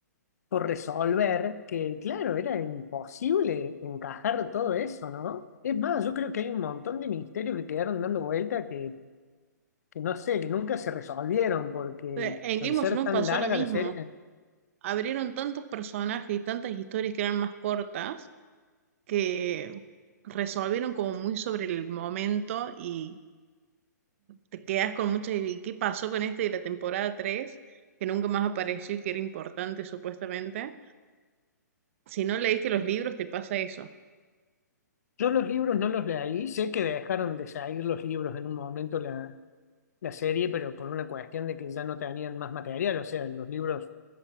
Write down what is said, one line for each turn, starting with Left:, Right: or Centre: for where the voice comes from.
Left: por resolver, que claro, era imposible encajar todo eso, ¿no? Es más, yo creo que hay un montón de misterios que quedaron dando vuelta que, que no sé, que nunca se resolvieron, porque
Right: En
Left: al
Right: Game
Left: ser
Right: of Thrones
Left: tan
Right: pasó
Left: larga
Right: lo mismo.
Left: la serie,
Right: Abrieron tantos personajes y tantas historias que eran más cortas que resolvieron como muy sobre el momento y te quedas con muchas ideas. ¿y qué pasó con este de la temporada 3 que nunca más apareció y que era importante supuestamente. Si no leíste los libros, te pasa eso.
Left: yo los libros no los leí, sé que dejaron de salir los libros en un momento la, la serie, pero por una cuestión de que ya no tenían más material, o sea, los libros